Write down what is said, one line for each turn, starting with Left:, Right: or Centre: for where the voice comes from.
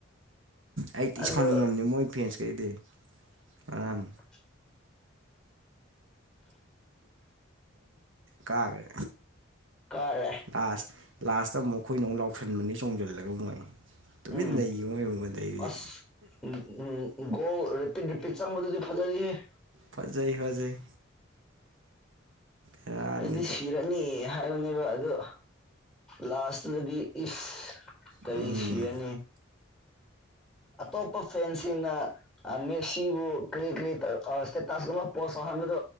Right: ꯑꯩ ꯇꯤ
Centre: ꯑꯗꯣ
Right: ꯁꯥꯎꯅꯤꯡꯉꯕꯅꯤ ꯃꯣꯏ ꯐꯦꯟꯁꯈꯩꯗꯤ ꯉꯔꯥꯡ
Centre: <inaudible>
Right: ꯀꯥꯒ꯭ꯔꯦ
Centre: ꯀꯥꯏꯔ <unintelligible>
Right: ꯂꯥꯁ ꯂꯥꯁꯇ ꯑꯃꯨꯛ ꯑꯩꯈꯣꯏꯅ ꯑꯃꯨꯛ ꯂꯥꯎꯁꯟꯕꯅꯤ ꯆꯣꯡꯁꯤꯜꯂꯒ ꯃꯣꯏ ꯇꯨꯃꯤꯟꯅ
Centre: ꯎꯝ
Right: ꯂꯩꯈꯤ ꯃ‌ꯣꯏ ꯃꯥꯡꯉꯣꯟꯗꯩꯗꯤ
Centre: ꯑꯁ ꯎꯝ ꯒꯣꯜ ꯔꯤꯄꯤꯠ ꯔꯤꯄꯤꯠ ꯆꯥꯡꯕꯗꯨꯗꯤ ꯐꯖꯩꯍ‌ꯦ
Right: ꯐꯖꯩ ꯐꯖꯩ ꯕꯦꯔꯥꯅꯤ
Centre: ꯑꯩꯗꯤ
Right: ꯑꯗꯨ
Centre: ꯁꯤ ꯔꯅꯤ ꯍꯥꯏꯕꯅꯦꯕ ꯑꯗꯣ ꯂꯥꯁꯇꯨꯗꯗꯤ ꯏꯁ ꯀꯔꯤ
Right: ꯎꯝ
Centre: ꯁꯤꯔꯅꯤ ꯑꯇꯣꯞꯄ ꯐꯦꯟꯁꯤꯡꯅ ꯑ ꯃꯦꯁꯤꯕꯨ ꯀꯔꯤ ꯀꯔꯤ ꯇꯧ ꯑ ꯏꯁꯇꯦꯇꯁꯀꯨꯝꯕ ꯄꯣꯁ ꯇꯧꯍꯟꯕꯗꯣ